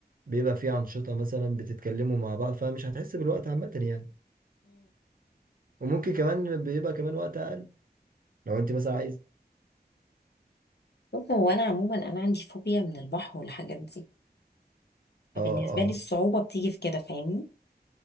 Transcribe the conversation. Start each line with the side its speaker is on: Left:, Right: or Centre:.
Right: بيبقى في أنشطة مثلا بتتكلموا مع بعض فمش هتحس بالوقت عامة يعني وممكن كمان بيبقى كمان وقت أقل لو أنت مثلا عايز
Left: بص هو انا عموما انا عندي فوبيا من البحر والحاجات دي فبالنسبه
Right: اه اه
Left: لي الصعوبه بتيجي في كده فاهمني